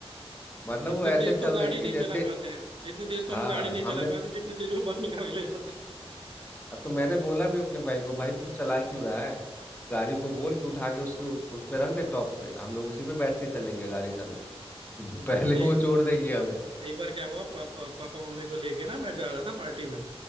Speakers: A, on the left; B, on the right.
A: मतलब
B: इतनी
A: वो ऐसे
B: तेज
A: चल
B: तो गाड़ी
A: रही
B: नहीं
A: थी जैसे
B: चला पाते हैं इतनी तेज
A: हाँ
B: तो हम गाड़ी नहीं
A: हमने
B: चला पाते जितनी तेज वो बस निकाल के ले जाते हैं
A: तो मैंने बोला भी अपने भाई को भाई तू चला क्यों रहा है गाड़ी को बोल कि उठा के उसके उ- उस पे रख दे टॉप पे हम लोग उसी पे बैठ के चलेंगे गाड़ी समेत <laughs> पहले
B: अरे
A: वो छोड़ देगी हमें
B: एक बार क्या हुआ पापा पापा मम्मी को लेके ना मैं जा रहा था पार्टी में